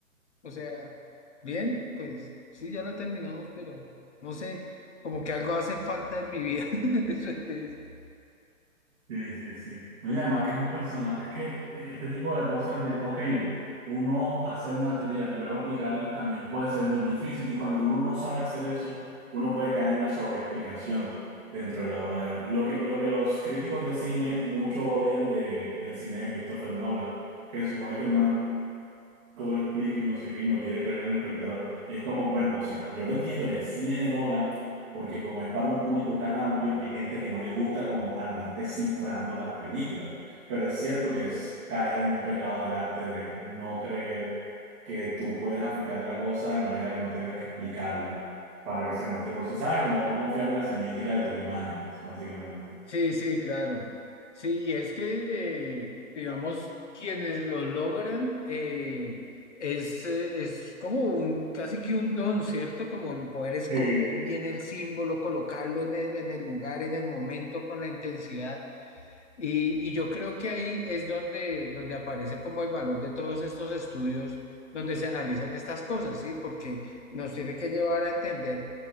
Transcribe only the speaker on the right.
Sí, sí, sí. No, y además que es un personaje, es que eh, este tipo de cosas de, ok, uno hacer una teoría y luego aplicarla también puede ser muy difícil y cuando uno no sabe hacer eso, uno puede caer en la sobreexplicación dentro de la obra de arte. Lo que, lo que los críticos de cine mucho odian de, del cine de Christopher Nolan, que se supone que el man lo explica y no sé qué, y no quiere creer en el espectador. Y es como, bueno, o sea, yo lo entiendo en el cine de Nolan, porque como es para un público tan amplio, hay gente que no le gusta como andar descifrando las películas. Pero es cierto que es caer en un pecado del arte de no creer que tú puedes aplicar la cosa de manera que no tengas que explicarla para que se muestre por sí. ¿Sabes? Como no confiar en la semiótica de tus imágenes, básicamente.
Sí.